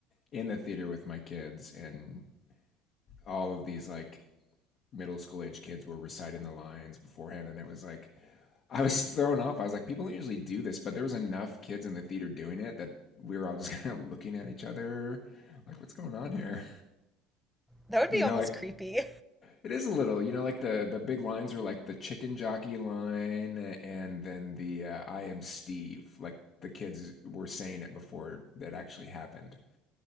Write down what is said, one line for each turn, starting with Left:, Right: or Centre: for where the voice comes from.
Left: in the theater with my kids, and all of these like middle school age kids were reciting the lines beforehand, and it was like I was <laughs> thrown off. I was like, people don't usually do this, but there was enough kids in the theater doing it that we were all just <laughs> kind of looking at each other, like, what's going on here?
Centre: That would
Left: You
Centre: be
Left: know,
Centre: almost
Left: like
Centre: creepy.
Left: It is a little, you know, like the the big lines are like the chicken jockey line, and then the uh, "I am Steve." Like the kids were saying it before that actually happened.